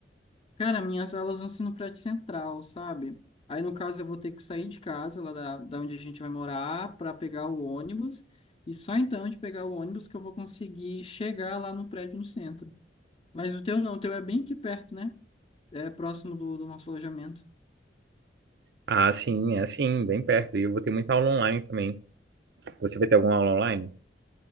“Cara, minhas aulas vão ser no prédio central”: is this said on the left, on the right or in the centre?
Left